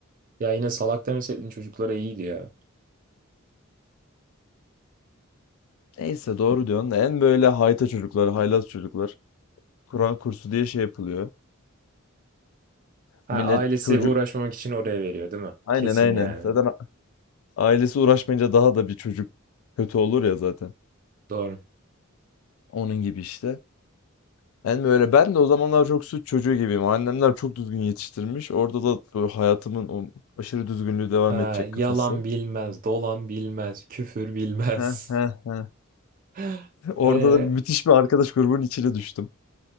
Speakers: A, on the right; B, on the left.
A: Ya yine salak demeseydin çocuklara iyiydi ya.
B: Neyse doğru diyorsun. En böyle hayta çocuklar, haylaz çocuklar. Kur'an kursu diye şey yapılıyor.
A: Ha
B: Millet
A: ailesi
B: çocuğu.
A: uğraşmamak için oraya veriyor değil mi?
B: Aynen
A: Kesin
B: aynen.
A: yani.
B: Zaten a- ailesi uğraşmayınca daha da bir çocuk kötü olur ya zaten.
A: Doğru.
B: Onun gibi işte. En böyle ben de o zamanlar çok suç çocuğu gibiyim. Annemler çok düzgün yetiştirmiş. Orada da böyle hayatımın o aşırı düzgünlüğü devam
A: Ha
B: edecek
A: yalan
B: kafası.
A: bilmez, dolan bilmez, küfür bilmez.
B: Heh, heh, heh.
A: <laughs>
B: <laughs> Orada
A: Ee,
B: da müthiş bir arkadaş grubunun içine düştüm.